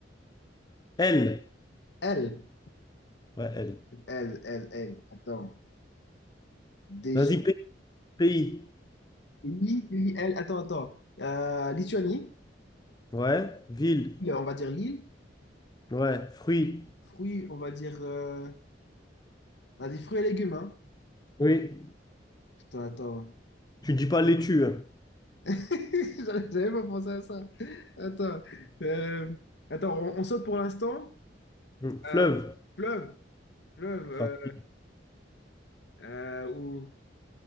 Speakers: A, on the left; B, on the left.
A: L.
B: L,
A: Ouais, L.
B: L, L, L. Attends. Déjà,
A: Vas-y, pa- pays.
B: Lille, L, attends, attends. Euh, Lituanie,
A: Ouais. Ville.
B: Lille, on va dire Lille.
A: Ouais. Fruits.
B: Fruits, on va dire. euh, On a dit fruits et légumes, hein.
A: Oui.
B: Putain, attends.
A: Tu dis pas laitue. hein.
B: <laughs> J'avais j'avais pas pensé à ça. Attends. Euh, Attends, on, on saute pour l'instant.
A: Hum. Fleuve.
B: Euh, Fleuve, fleuve.
A: Facile.
B: euh, euh, ou...